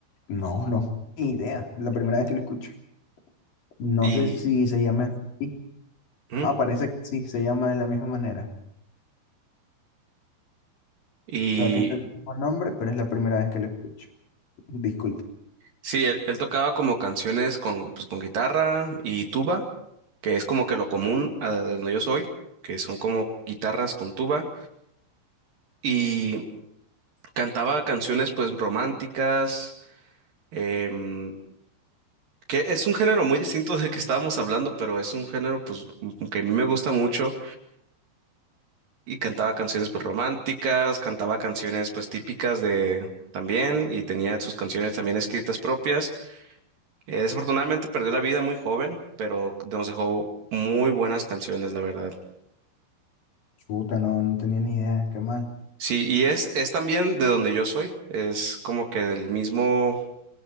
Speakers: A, on the left (about 50°); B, on the right (about 50°).
A: No, no, ni idea. La primera vez que lo escucho. No
B: Y,
A: sé si se llama así.
B: ujú,
A: Ah, parece que sí, se llama de la misma manera.
B: y
A: O sea, tiene el mismo nombre, pero es la primera vez que lo escucho. Disculpa.
B: sí, él, él tocaba como canciones con, pues, con guitarra y tuba, que es como que lo común a de donde yo soy, que son como guitarras con tuba. Y cantaba canciones pues románticas, em, que es un género muy distinto del que estábamos hablando, pero es un género pues que a mí me gusta mucho y cantaba canciones pues románticas, cantaba canciones pues típicas de también y tenía sus canciones también escritas propias. Eh, desafortunadamente perdió la vida muy joven, pero nos dejó muy buenas canciones, la verdad.
A: Chuta, no, no tenía ni idea. Qué mal.
B: Sí, y es, es también de donde yo soy, es como que del mismo,